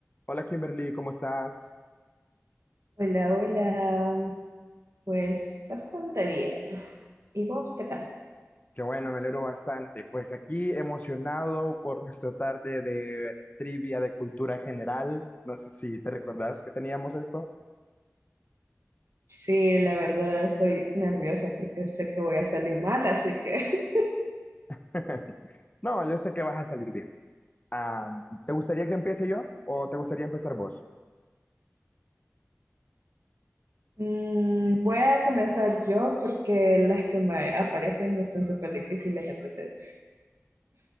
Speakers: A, on the left (about 35°); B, on the right (about 65°).
A: Hola Kimberly, ¿cómo estás?
B: Hola, hola. Pues bastante bien. ¿Y vos qué tal?
A: Qué bueno, me alegro bastante. Pues aquí emocionado por nuestra tarde de trivia de cultura general. No sé si te recordás que teníamos esto.
B: Sí, la verdad estoy nerviosa porque sé que voy a salir mal, así que <laughs>
A: <laughs> No, yo sé que vas a salir bien. Ah, ¿te gustaría que empiece yo o te gustaría empezar vos?
B: Mm, voy a comenzar yo porque las que me aparecen están súper difíciles. Entonces,